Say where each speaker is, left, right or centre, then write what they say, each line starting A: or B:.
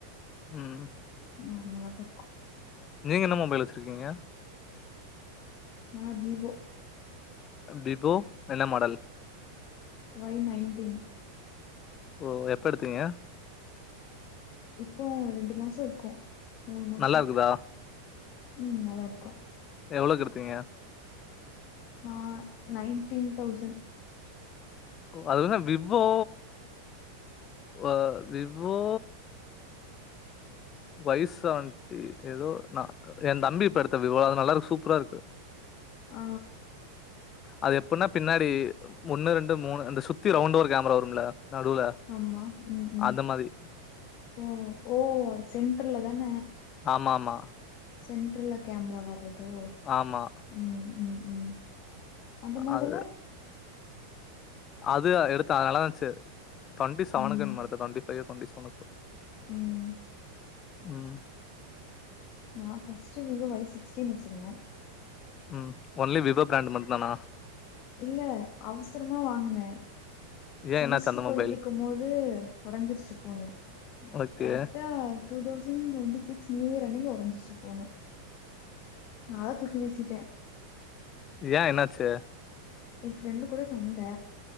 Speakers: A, on the left (about 35°); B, on the left (about 50°).
A: ம்
B: நார்மலா தா இருக்கம்
A: நீங்க என்ன மொபைல் வச்சுருகீங்க
B: நா வீவோ
A: விபொ என்ன மாடல்
B: வொய் நைன்டீன்
A: ஓ எப்ப எடுத்தீங்க
B: இப்போ ரெண்டு மாச இருக்கும் மூணு மாசம்
A: நல்லா இருக்குதா
B: ம் நல்லாருக்கும்
A: எவ்ளோக்கு எடுதீங்க
B: மா நைன்டீன் தௌசண்
A: <unintelligible> விவொ அ விவோ வய்சாந்தி எதோ நா என் தம்பி இப்ப எடுத்த விவொ அது நல்லாருகு சூப்பரா இருக்கு
B: ஆ
A: அது எப்பன்னா பின்னாடி ஒன்னு ரெண்டு மூணு அந்த சுத்தி ரவுண்டு ஒரு கேமரா வரும்ல நடுவுல
B: ஆமா ம் ம்
A: அந்த மாரி
B: ஒ ஓ சென்டர்ல்ல தான
A: ஆமா ஆமா
B: சென்டர்ல்ல கேமரா வர்றதோ
A: ஆமா
B: ம் ம் ம் அந்த மாடலு
A: அது அது ஆ எடுத்தா நல்லாதாஞ்சு டொண்டிசவனுக்கு
B: ம்
A: என்மோ எடுத்தா டொண்டிஃபையோ டொண்டிசவனோ
B: ம்
A: ம்
B: நா ஃபஸ்ட்டு விவோ வொய் சிக்ஸ்டீன் வச்சிருந்தன்
A: ம் ஒன்லி விவொ ப்ராண்ட் மட்டுதானா
B: இல்ல அவசரமா வாங்குன
A: ஏ
B: செமஸ்ட்ரு
A: என்னாச்சு அந்த
B: போயிட்ருக்கும்
A: மொபைல்
B: போது ஒடஞ்சிருச்சு ஃபோனு
A: ஓகே
B: கரெக்டா டூதௌசண்டொண்டி சிக்ஸ் நியூயர் அன்னிக்கி ஒடஞ்சிச்சு ஃபோனு நாதா தூக்கி வீசிட்டே
A: ஏன் என்னாச்சு
B: என் ஃப்ரண்டு கூட சண்ட